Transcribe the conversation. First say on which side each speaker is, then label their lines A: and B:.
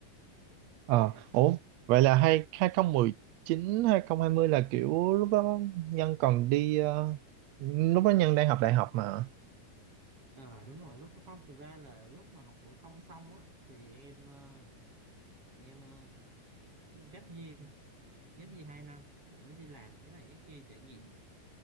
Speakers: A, on the right; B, on the right.
A: Ờ.
B: Khang.
A: ủa vậy là hai hai không mười chín hai không hai mươi là kiểu lúc đó Nhân còn đi ờ, lúc đó Nhân đang học đại học mà
B: Ờ đúng rồi lúc không thực ra là lúc mà học phổ thông xong á thì em ờ, em ờ, gap year gap year hai năm cũng đi làm cái này cái kia trải nghiệm